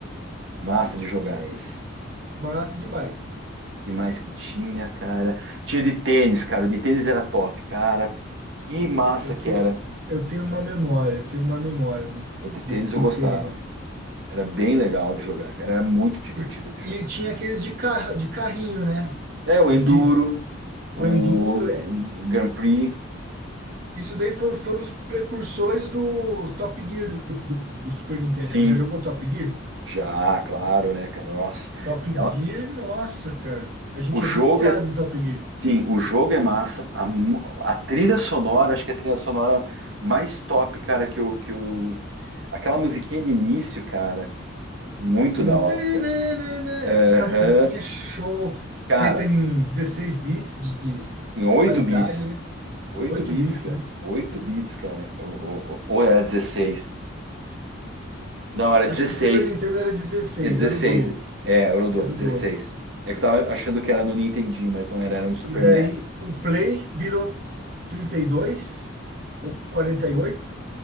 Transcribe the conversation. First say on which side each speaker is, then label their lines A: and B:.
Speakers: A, on the right (about 65°); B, on the right (about 45°).
A: massa de jogar esse.
B: Massa demais.
A: Que mais que tinha, cara? Tinha o de tênis, cara, o de tênis era top, cara, que massa
B: Eu
A: que
B: te,
A: era.
B: eu tenho uma memória, eu tenho uma memória do,
A: O de tênis
B: do, do
A: eu gostava,
B: tênis.
A: era bem legal de jogar, cara, era muito divertido
B: E,
A: de jogar.
B: e tinha aqueles de carro, de carrinho, né?
A: É, o
B: De,
A: Enduro,
B: de
A: o
B: o enduro
A: Grand Prix,
B: Isso daí foram, foram os precursores do Top Gear do, do- do Super Nintendo.
A: sim,
B: Já jogou Top Gear?
A: Já, claro, né, cara? Nossa.
B: Top
A: ela-
B: Gear, nossa, cara. A gente
A: o jogo
B: é viciado
A: é,
B: em Top Gear.
A: sim, o jogo é massa. A, mu- a trilha sonora, acho que é a trilha sonora mais top, cara, que o que o aquela musiquinha de início, cara, muito
B: Sim,
A: da hora,
B: tananana,
A: cara. Aham.
B: É aquela musiquinha show, feita
A: Cara,
B: em 16 bits de de
A: em 8
B: qualidade,
A: bits.
B: né?
A: oito
B: 8
A: bits,
B: bits,
A: cara.
B: né?
A: oito bits, cara. Ou, ou- ou era 16? Não, era 16.
B: Acho que o Super Nintendo era 16,
A: É 16.
B: era o dobro,
A: É, era o dobro,
B: era
A: Dezesseis.
B: o dobro.
A: É que eu tava achando que era no Nintendinho, mas não era, era no Super
B: E daí
A: NES.
B: o Play virou 32 ou 48